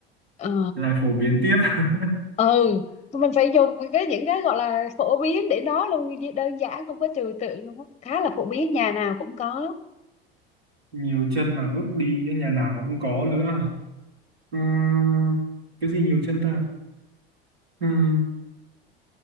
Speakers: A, on the left; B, on the right.
A: ờ
B: lại phổ biến tiếp <laughs>
A: ừ mình phải dùng cái những cái gọi là phổ biến để nói luôn đơn giản không có trừu tượng luôn á. khá là phổ biến nhà nào cũng có
B: nhiều chân mà bước đi cái nhà nào cũng có nữa Ừm, cái gì nhiều chân ta Ừm,